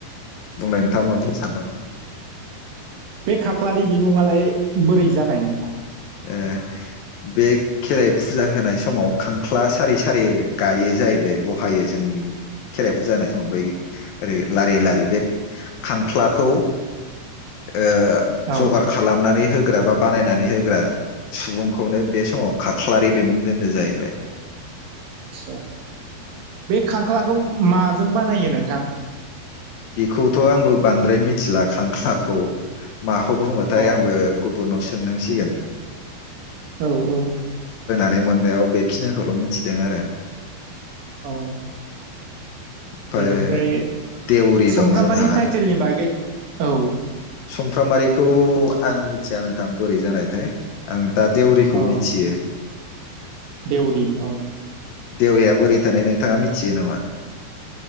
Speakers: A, on the left; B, on the right.
A: बुंनाय नों- थांआ मा बुंनो सानदोंमोन
B: बे खाख्लारि बिमुङालाय बोरै जानाय नोंथां
A: ओ बे खेराइ फुजा होनाय समाव खांख्ला सारि सारि गायो जाहैबाय बहायो जोंनि खेराइ फुजा होनाय समाव बै ओरै लारि लारि बे खांख्लाखौ ओ
B: औ
A: जगार खालामनानै हो- ग्रा बा बानायनानै होग्रा सुबुंखौनो बे समाव खाख्लारि बिमुं दोन्दो जाहैबाय
B: आच्छा बे खांख्लाखौ मा- जों बानायो नोंथां?
A: बेखौथ' आंबो बांद्राय मिथिला खांख्लाखौ माखौ बुङोथाय
B: अ
A: आंबो गुबुनावस- सोंनांसिगोन
B: औ औ
A: बै मोननायाव बेखिनिखौल' मिथिदों आरो
B: औ
A: ओमफ्राय
B: बेनिफ्राय
A: देउरि
B: समफ्रामारि
A: दं जोंहा
B: टाइटेलनि बागै औ
A: सुमफ्रामारिखौ आं मिथिया नोंथां बोरै जानायथाय आं दा देउरिखौ
B: औ
A: मिथियो
B: देउरि अ
A: देवरिया बोरै थानाय नोंथाङा मि थियो नामा